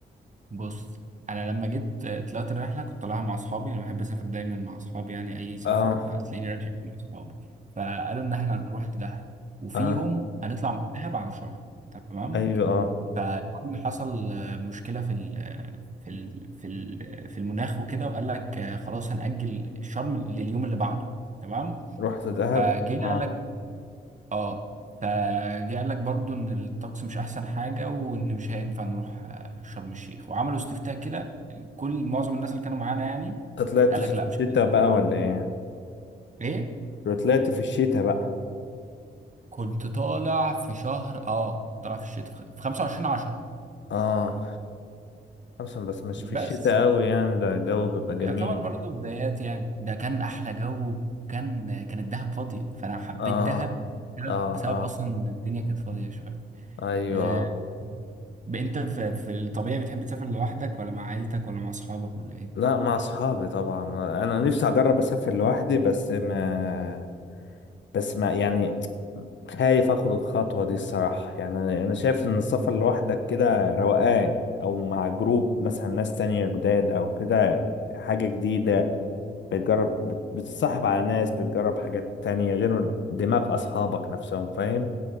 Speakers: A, on the right (about 40°); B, on the left (about 70°).
A: بص انا لما جيت طلعت الرحله كنت طالعها مع اصحابي انا بحب اسافر دايما مع اصحابي يعني اي سفر
B: اه
A: هتلاقيني رايح مع اصحابي فقالوا ان احنا هنروح دهب وفي
B: اه
A: يوم هنطلع من دهب على شرم تمام
B: ايوه اه
A: فالمهم حصل آه، مشكلة في ال آه، في ال في ال في المناخ وكده وقال لك آه، خلاص هنأجل الشرم لليوم اللي بعده تمام
B: رحت دهب
A: فجينا
B: اه
A: قال لك اه فجه قال لك برضو ان الطقس مش احسن حاجة وان مش هينفع نروح آه، شرم الشيخ وعملوا استفتاء كده كل معظم الناس اللي كانوا معانا يعني
B: انت طلعت
A: قال
B: في
A: لك لا مش
B: الشتاء
A: هينفع
B: بقى ولا
A: شرم
B: ايه
A: ايه
B: لو طلعت في الشتاء بقى
A: كنت طالع في شهر اه كنت طالع في الشتاء في 25 10
B: اه اصلا بس مش في الشتاء
A: بس
B: قوي يعني ده الجو بيبقى جميل
A: يعتبر برضو بدايات يعني ده كان احلى جو وكان كان الدهب فاضيه فانا حبيت
B: اه
A: دهب بسبب
B: اه
A: بسبب
B: اه
A: اصلا إن الدنيا كانت فاضيه شويه
B: ايوه
A: آه، ب- انت في, في الطبيعي بتحب تسافر لوحدك ولا مع عيلتك ولا مع اصحابك ولا ايه
B: لا مع اصحابي طبعا انا نفسي اجرب اسافر لوحدي بس ما بس ما يعني خايف اخد الخطوة دي الصراحة يعني انا أنا شايف ان السفر لوحدك كده روقان او مع جروب مثلا ناس تانية جداد او كده حاجة جديدة بتجرب بت- بتتصاحب على ناس بتجرب حاجات تانية غير دماغ اصحابك نفسهم فاهم